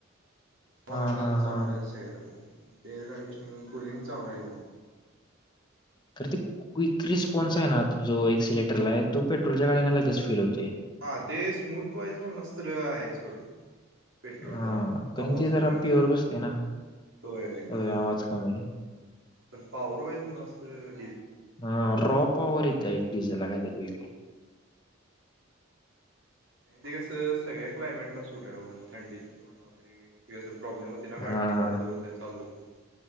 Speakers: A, on the right; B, on the left.
A: मनान
B: हा हा
A: चांगला
B: हा
A: सेर ो अम कुलींग चांगला एकदा.
B: तर ते क्विक रिस्पॉन्स आहे ना जो एक्सिलेटरला आहे तो पेट्रोलच्या गाडीना लगेच फील होतो.
A: हा ते स्मूथ वाईज म्हणला लस्त्रआहे सोड. पेट्रोल
B: हा
A: जरा
B: कारण
A: आवाज
B: ते
A: कमी
B: जरा
A: म्हण
B: पीओर बसते ना,
A: होय एकदम
B: अय आवाज कमी
A: पण पॉवर वाईज म्हणला स त. <unintelligible>
B: हा रोप पवर हे. त्या एक
A: हम्म
B: डीझल <unintelligible> दिस झाला कायतरी पहिली
A: नाही ते कसं सगळ्या क्लायमेटला सूट आहे म्ह थंडीत <unintelligible> म्हण त कस प्रॉब्लेम होते ना
B: हा
A: गाडी बंद होते चालू होते.